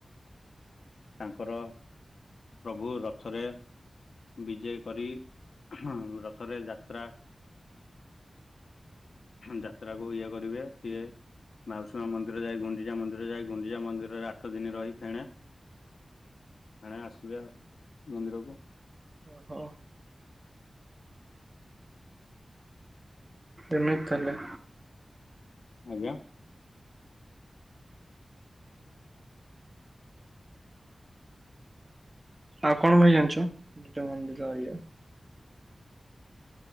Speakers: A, on the left; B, on the right.
A: ତାଙ୍କର ପ୍ରଭୁ ରଥରେ ବିଜେ କରି ହୁଁ ରଥରେ ଯାତ୍ରା ଯାତ୍ରା କୁ ଇଏ କରିବେ ସିଏ। ମାଉସୀମା ମନ୍ଦିର ଯାଏ ଗୁଣ୍ଡିଜା ମନ୍ଦିର ଯାଏ ଗୁଣ୍ଡିଚା ମନ୍ଦିରରେ ଆଠ ଦିନ ରହି ଫେଣେ ଆଣେ ଆସିବା ମନ୍ଦିରକୁ।
B: ଓ ହୋ। ଏମିିତି ତାଲେ
A: ଆଜ୍ଞା।
B: ଆଉ କଣ ଭାଇ ଜାଣିଛ <unintelligible> ଦିଟା ମନ୍ଦିର ଇଏ।